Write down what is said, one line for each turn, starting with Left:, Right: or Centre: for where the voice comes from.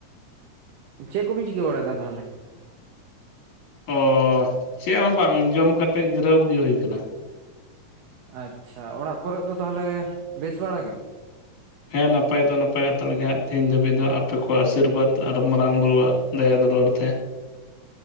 Right: ᱪᱮᱫ ᱠᱚᱵᱤᱱ ᱪᱤᱠᱟᱹ ᱵᱟᱲᱟᱭ ᱮᱫᱟ ᱛᱟᱦᱚᱞᱮ?
Left: ᱚᱻ ᱪᱮᱫ ᱦᱚᱸ ᱵᱟᱝ ᱡᱚᱢ ᱠᱟᱛᱮᱫ ᱡᱤᱨᱟᱹᱣ ᱜᱮ ᱦᱩᱭ ᱠᱟᱱᱟ,
Right: ᱟᱪᱪᱷᱟ ᱚᱲᱟᱜ ᱠᱚᱨᱮ ᱫᱚ ᱛᱟᱦᱚᱞᱮ ᱵᱮᱥ ᱵᱟᱲᱟ ᱜᱮ?
Left: ᱦᱮᱸ ᱱᱟᱯᱟᱭ ᱫᱚ ᱱᱟᱯᱟᱭ ᱦᱟᱛᱟᱲ ᱜᱮᱭᱟ ᱦᱟᱸᱜ ᱛᱮᱦᱤᱧ ᱫᱷᱟᱹᱵᱤᱡ ᱫᱚ ᱟᱯᱮ ᱠᱚᱣᱟᱜ ᱟᱥᱤᱨᱵᱟᱫᱽ ᱟᱨ ᱢᱟᱨᱟᱝ ᱵᱩᱨᱩᱣᱟᱜ ᱫᱟᱭᱟ ᱫᱩᱞᱟᱹᱲ ᱛᱮ,